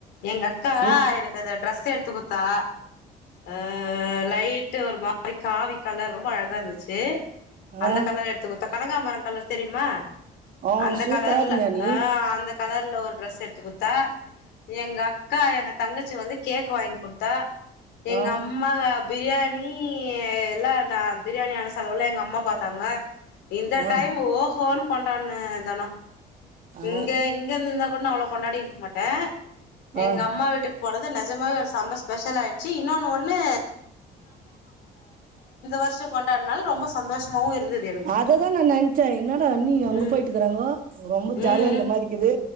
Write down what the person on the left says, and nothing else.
எங்கக்கா
எனக்கந்த ட்ரெஸ் எத்து குத் தா ஆ லைட் ட்டு ஒரு மாரி காவி கலர் ரொம்ப அழகாந்துச்சு அந்த
கலர் எத்து குத்தாக் கனகாமரோ கலர் தெரியுமா
அந்த
கலர்ல
ஆ அந்தக் கலர்ல ஒரு ட்ரெஸ் எடுத்து குட்த்தா எங்க அக்கா எங்க தங்கச்சி வந்து கேக்கு வாங்கி குடுத்தா எங்க
அம்மா <unintelligible> பிரியாணி எல்லா நா பிரியாணியான செலவுல எங்க அம்மா பாத்தாங்க இந்த
டைம் ஓஹோன் கொண்டான்ன தனோ
இங்க இங்க இந்தந்த ஒன்னு அவ்ளோ கொண்டாடி இருக்க மாட்டே எங்கம்மா
வீட்டுக்கு போனது து நெஜமாவே ஒரு சம்ம ஸ்பெஷல் ஆயிர்ச்சு இன்னொன்னு ஒன்னு வருஷோ கொண்டாடுனால ரொம்ப சந்தோஷமாவு இருந்தது எனக்கு
ம்
ம்